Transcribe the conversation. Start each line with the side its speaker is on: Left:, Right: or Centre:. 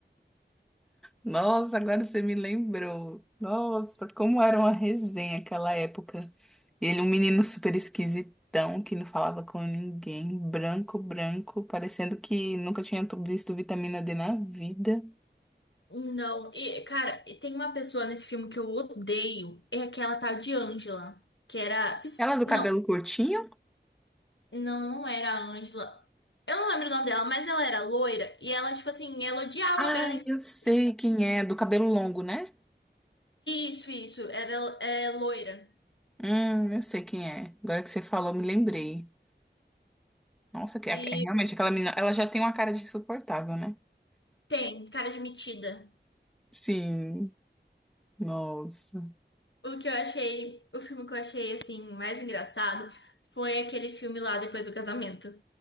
Centre: Nossa, agora você me lembrou. Nossa, como era uma resenha aquela época. Ele, um menino super esquisitão que não falava com ninguém, branco, branco, parecendo que nunca tinha tu- visto vitamina D na vida.
Left: Não, e, cara, e tem uma pessoa nesse filme que eu odeio, é aquela tal de Angela, que era. se f-
Centre: Ela do
Left: não,
Centre: cabelo curtinho?
Left: não, não era a Angela. Eu não lembro o nome dela, mas ela era loira e ela, tipo assim, ela odiava
Centre: Ai,
Left: a Bella Thorne.
Centre: eu sei quem é, do cabelo longo, né?
Left: Isso, isso, era é, loira.
Centre: Hum, eu sei quem é. Agora que você falou, me lembrei. Nossa, que é,
Left: E
Centre: é realmente aquela menina, ela já tem uma cara de insuportável, né?
Left: tem cara de metida.
Centre: Sim, nossa.
Left: O que eu achei, o filme que eu achei, assim, mais engraçado foi aquele filme lá depois do casamento.